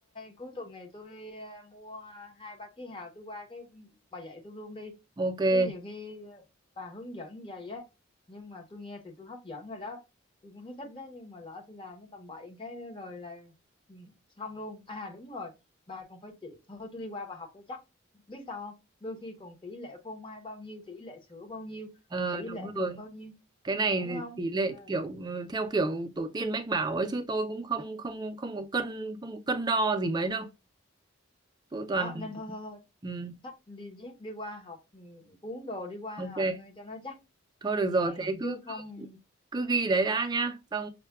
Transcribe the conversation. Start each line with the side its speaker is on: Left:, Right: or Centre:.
Left: cuối tuần này tôi ờ, mua hai ba ký hào tôi qua cái bà dạy tôi luôn đi
Right: ok
Left: chứ nhiều khi ờ, bà hướng dẫn vậy á nhưng mà tôi nghe thì tôi hấp dẫn rồi đó tôi cũng thấy thích đó nhưng mà lỡ tôi làm cái tầm bậy cái nữa rồi là ừ, xong luôn à đúng rồi bà còn phải chỉ thôi tôi đi qua bà học cho chắc biết sao không đôi khi còn tỷ lệ phô mai bao nhiêu tỷ lệ sữa bao nhiêu
Right: ờ,
Left: rồi tỷ
Right: đúng
Left: lệ đường
Right: rồi
Left: bao nhiêu
Right: cái này
Left: đúng không
Right: tỷ lệ
Left: Ừ,
Right: kiểu ừ, theo kiểu tổ tiên mách bảo ấy chứ tôi cũng không không không có cân không có cân đo gì mấy đâu tôi toàn
Left: đó nên thôi thôi thôi
Right: ừ,
Left: xách đi dép đi qua học ừ, cuốn đồ đi qua
Right: ok
Left: học nghe cho nó chắc
Right: thôi được
Left: ừ,
Right: rồi thế cứ
Left: chứ không
Right: cứ cứ ghi đấy đã nhá xong